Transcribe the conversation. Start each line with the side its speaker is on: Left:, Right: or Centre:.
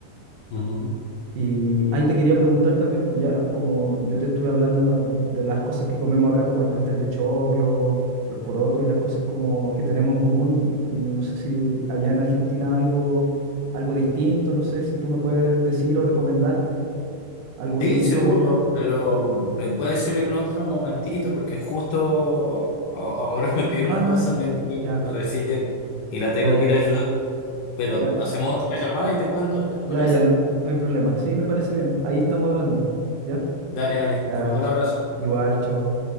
Left: Ujú.
Right: Y ahí te quería preguntar también, pues ya como yo te estuve hablando de, de las cosas que comemos acá, como el pastel de choclo, los porotos y las cosas como que tenemos en común, no sé si allá en Argentina algo, algo distinto, no sé si tú me puedes decir o recomendar algo
Left: Sí,
Right: típico
Left: seguro,
Right: de allá.
Left: pero mm, eh, puede ser en otro momentito, porque justo a- ahora <laughs> me pide una
Right: Ah,
Left: cosa mi mujer
Right: ya,
Left: recién y la tengo
Right: ya, ya,
Left: que ir a ayudar, pero
Right: ya,
Left: hacemos otra llamada y te cuento, ¿te
Right: ya,
Left: parece?
Right: ya, no, no hay problema. Sí, me parece bien. Ahí estamos hablando. ¿Ya?
Left: Dale, dale,
Right: Ya,
Left: te mando un
Right: ch-
Left: abrazo.
Right: igual, chao.